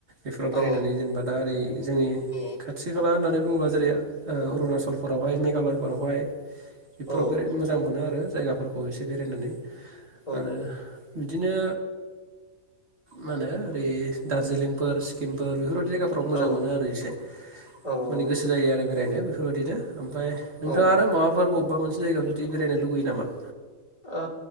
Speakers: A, on the right (about 45°); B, on the left (about 25°).
A: बेफोराव
B: औ
A: बेरायनानै जेनेबा दा ओरै जोंनि
B: औ
A: थि खाला होननानै बुङोब्ला जेरै- ओ अरुनाचलफोरावहाय मेघालय। फोरावहाय बेफोराव
B: औ
A: बे मोजां मोनो आरो जायगाफोरखौ एसे बेरायनानै
B: औ
A: आरो बिदिनो मा होनो ओरै दार्जिलिं फोर सिक्किमफोर बेफोरबायदि जायगाफोराव मोजां
B: औ
A: मोनो आरो एसे
B: औ औ
A: माने गोसो जायो आरो बेरायनो बेफोरबायदिनो ओमफ्राय नोंथाङा
B: औ औ
A: आरो माबाफोर बबेबा मोनसे जायगायाव जुदि बेरायनो लुबैयो नामा
B: ओ